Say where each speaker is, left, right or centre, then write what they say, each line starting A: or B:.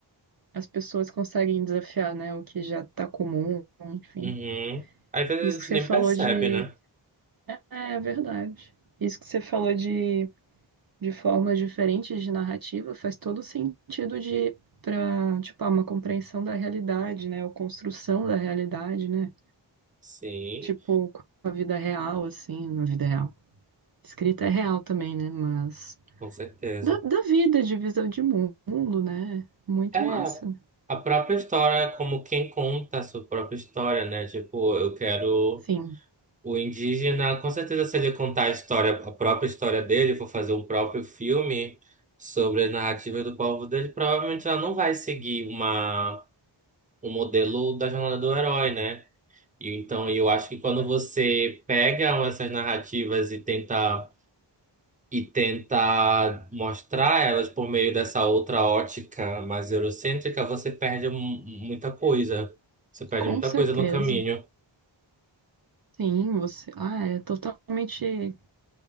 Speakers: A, on the right; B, on the right.
A: as pessoas conseguem desafiar, né, o que já está comum, enfim.
B: Uhum. Às vezes
A: Isso
B: a
A: que
B: gente
A: você
B: nem
A: falou
B: percebe,
A: de.
B: né?
A: É, é verdade. Isso que você falou de, de formas diferentes de narrativa faz todo sentido de para, tipo, ah, uma compreensão da realidade, né, ou construção da realidade, né?
B: Sim,
A: Tipo, com a vida real, assim, na vida real. Escrita é real também, né? Mas
B: com certeza.
A: da, da vida, de visão de mundo, né? Muito
B: É,
A: massa.
B: a própria história, como quem conta a sua própria história, né? Tipo, eu quero.
A: Sim,
B: O indígena, com certeza, se ele contar a história, a própria história dele, for fazer um próprio filme sobre a narrativa do povo dele, provavelmente ela não vai seguir uma, um modelo da jornada do herói, né? E então eu acho que quando você pega essas narrativas e tenta e tenta mostrar elas por meio dessa outra ótica mais eurocêntrica, você perde mu- muita coisa. Você perde
A: com
B: muita
A: certeza.
B: coisa no caminho.
A: Sim, você. Ah, é totalmente.